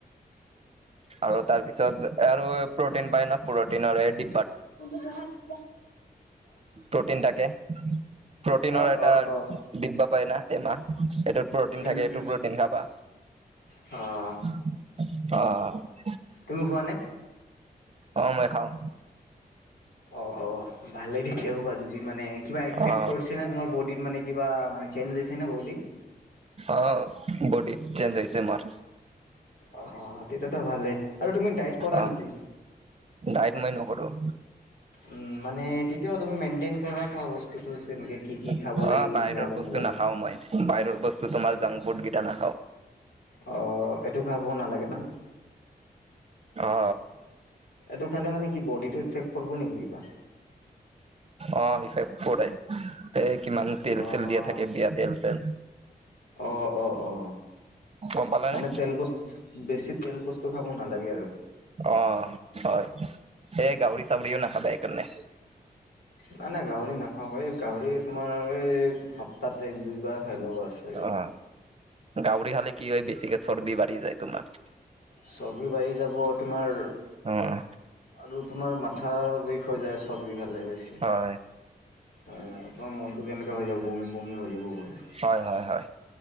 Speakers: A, on the right; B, on the left.
A: আৰু তাৰ পিছত আৰু প্ৰটিন পায় ন প্ৰটিনৰ এই ডি
B: কোনটো গ্ৰহত যা
A: প্ৰটিন থাকে, প্ৰটিনৰ
B: অ',
A: এটা
B: অ', অ',
A: দিব্বা পাই ন টেমা সেইটোত প্ৰ'টিন
B: উম,
A: থাকে এইটো
B: উম,
A: প্ৰটিন খাবা।
B: অ,
A: অহ,
B: তুমি খোৱা নে?
A: অ মই খাওঁ।
B: অঁ অ, ভালেই ঠিকে ক'বা যদি মানে কিবা এফেক্ট
A: অ
B: পৰিছে ন তোমাৰ বডীত মানে কিবা মানে চেঞ্জ হৈছে নে বডী?
A: অ বডী চেঞ্জ হৈছে মাৰ।
B: অ তেতিয়াতো ভালে। আৰু তুমি ডাইট কৰা
A: অ
B: নেকি?
A: ডাইট মই নকৰো।
B: উম, মানে তেতিয়াও তুমি মেইনটেইন কৰা খোৱা বস্তুটো যে এনেকৈ কি কি
A: অ
B: খাব লাগে কি
A: বাহিৰৰ
B: কি খাব
A: বস্তু
B: নালাগে।
A: নাখাও মই বাহিৰৰ বস্তু তোমাৰ জংক ফুড কেইটা নাখাওঁ।
B: অ এইটো খাব নালাগে না।
A: অ,
B: এইটো খালে মানে কি বডীটো ইফেক্ট কৰিব নেকি কিবা?
A: অ ইফেক্ট কৰে। এই কিমান তেল
B: অ',
A: চেল দিয়া থাকে বিয়া তেল চেল।
B: অ অ অ
A: গম পালানে
B: মানে তেল বস্তু বেছি তেল বস্তু খাব নালাগে আৰু।
A: অ হয় এই গাহৰি চাহৰিও নাখাবা এইকাৰণে।
B: নাই নাই গাহৰি নাখাও এই গাহৰি তোমাৰ এই সপ্তাহতে এক দুইবাৰ খাই ল'ব আছে।
A: অ গাহৰি খালে কি হয় বেছিকে চৰ্বি বাঢ়ি যায় তোমাৰ।
B: চৰ্বি বাঢ়ি যাব তোমাৰ,
A: উম,
B: আৰু তোমাৰ মাথাৰ বিষ হৈ যায় চৰ্বি খালে বেছি।
A: হয়,
B: অঁ তোমাৰ মনটো কেনেকৈ হৈ যাব বমি বমি হৈ যাব পুৰা।
A: হয়, হয়, হয়,